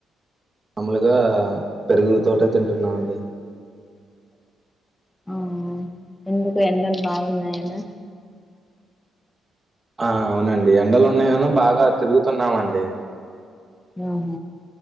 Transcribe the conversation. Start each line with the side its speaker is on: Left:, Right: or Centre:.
Right: మాముూలుగా పెరుగు తోటే తింటున్నాం అండి
Left: ఆ ఎందుకు ఎండలు బాగున్నాయనా
Right: ఆ అవునండి ఎండలు ఉన్నాయేనో బాగా తిరుగుతున్నామండి
Left: ఆహ